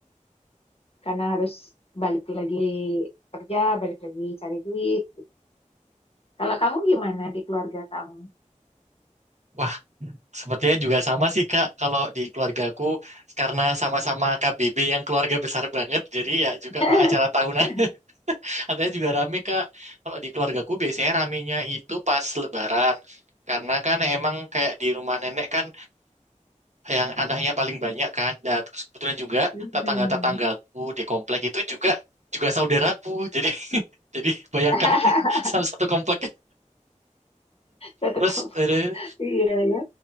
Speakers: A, on the left; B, on the right.
A: Karena harus balik lagi kerja, balik lagi cari duit. Kalau kamu gimana di keluarga kamu?
B: Wah, Sepertinya juga sama sih Kak, kalau di keluargaku karena sama-sama KBB yang keluarga besar banget, jadi ya juga
A: <laughs>
B: kalau acara tahunan <laughs> katanya juga rame Kak. Kalau di keluargaku biasanya ramenya itu pas Lebaran. Karena kan emang kayak di rumah nenek kan yang anaknya paling banyak kan. Dan terus kebetulan juga
A: Hmm.
B: tetangga-tetanggaku di komplek itu juga juga saudaraku. Jadi <laughs> jadi bayangkan
A: <laughs>
B: <laughs> sama satu komplek.
A: Satu
B: Terus
A: kamu.
B: eh,
A: Iya ya.